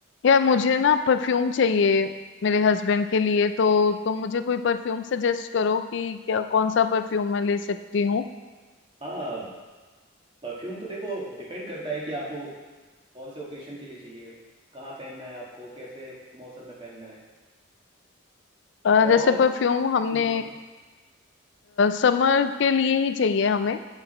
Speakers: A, on the left (about 60°); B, on the right (about 25°).
A: यार मुझे ना परफ्यूम चाहिए मेरे हस्बैंड के लिए तो तुम मुझे कोई परफ्यूम सजेस्ट करो कि क्या कौन सा परफ्यूम मैं ले सकती हूँ
B: हाँ परफ्यूम तो देखो डिपेंड करता है कि आपको कौन से ओकेशन के लिए चाहिए कहाँ पहनना है आपको कैसे मौसम में पहनना है
A: अ,
B: और
A: जैसे परफ्यूम हमने
B: हम्म हम्म
A: समर के लिए ही चाहिए हमें